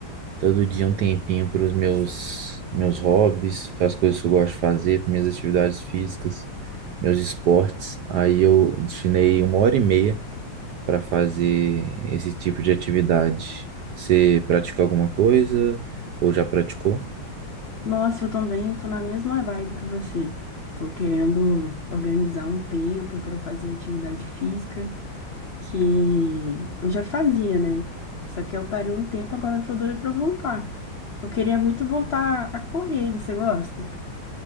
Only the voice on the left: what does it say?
Nossa, eu também tô na mesma vibe que você. Tô querendo organizar um tempo para eu fazer atividade física que eu já fazia, né? Só que eu parei um tempo, agora eu tô doida para voltar. Eu queria muito voltar a correr. Você gosta?